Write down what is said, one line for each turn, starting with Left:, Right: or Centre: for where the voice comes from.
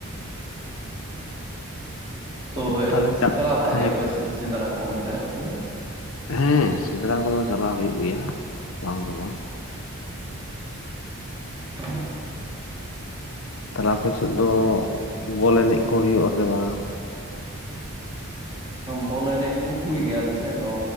Right: ᱛᱚᱵᱮ
Left: ᱛᱟᱦᱚᱞᱮ ᱪᱟᱜ
Right: ᱪᱟᱞᱟᱣ ᱵᱟᱲᱟᱜ
Left: ᱦᱮᱸ
Right: ᱜᱮᱭᱟ
Left: ᱜᱚ
Right: ᱯᱮ ᱥᱮ ᱥᱮᱸᱫᱽᱨᱟ ᱠᱚ ᱚᱱᱛᱮ ᱟᱯᱮ
Left: ᱦᱮᱸ ᱥᱮᱸᱫᱽᱨᱟ ᱠᱚᱫᱚ ᱪᱟᱞᱟᱣ ᱦᱩᱭᱩᱜ ᱜᱮᱭᱟ ᱵᱟᱝ ᱫᱚ ᱵᱟᱝ
Right: ᱦᱮᱸ
Left: ᱛᱟᱦᱚᱞᱮ ᱟᱯᱮ ᱥᱮᱫ ᱫᱚ ᱵᱚᱞ ᱮᱱᱮᱡ ᱠᱚ ᱦᱩᱭᱩᱜᱼᱟ ᱥᱮ ᱵᱟᱝ?
Right: ᱵᱚᱞ ᱮᱱᱮᱡ ᱠᱚ ᱦᱩᱭ ᱜᱮᱭ ᱟᱞᱮ ᱥᱮᱫ ᱫᱚ